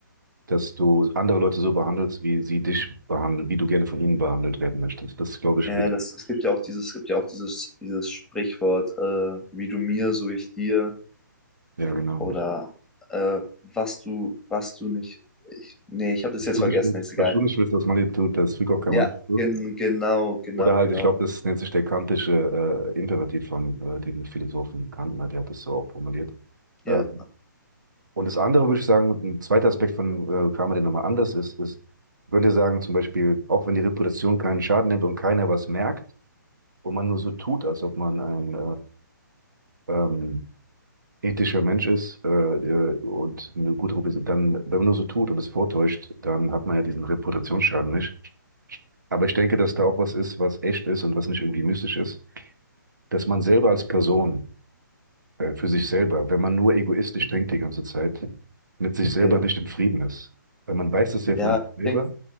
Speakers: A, on the right; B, in the centre.
A: dass du andere Leute so behandelst, wie sie dich behandeln, wie du gerne von ihnen behandelt werden möchtest. Das ist, glaube ich,
B: Ja,
A: mit.
B: ja, das, es gibt ja auch dieses, es gibt ja auch dieses, dieses Sprichwort, äh, wie du mir, so ich dir,
A: Ja, genau.
B: oder Genau. äh, was du, was du nicht. Ich, nee, ich habe das
A: Was
B: jetzt
A: du
B: vergessen,
A: nicht willst,
B: ist egal.
A: was du nicht willst, was man dir tut, das fügt auch keinem
B: Ja,
A: an.
B: gen, genau, genau,
A: Oder halt,
B: genau.
A: ich glaube, das nennt sich der kantische äh, Imperativ von äh, dem Philosophen Kantner, der hat das so auch formuliert.
B: Ja,
A: Ähm, und das andere würde ich sagen, ein zweiter Aspekt von äh, Karma, der nochmal anders ist, ist, man könnte sagen, zum Beispiel, auch wenn die Reputation keinen Schaden nimmt und keiner was merkt und man nur so tut, als ob man ein äh, ähm, ethischer Mensch ist äh, äh, und eine gute Reputation, dann, wenn man nur so tut und es vortäuscht, dann hat man ja diesen Reputationsschaden nicht. Aber ich denke, dass da auch was ist, was echt ist und was nicht irgendwie mystisch ist. dass man selber als Person, äh, für sich selber, wenn man nur egoistisch denkt die ganze Zeit, mit sich selber
B: ja,
A: nicht im Frieden ist. Weil man weiß es ja von
B: ja,
A: sich
B: ich
A: selber.
B: denke,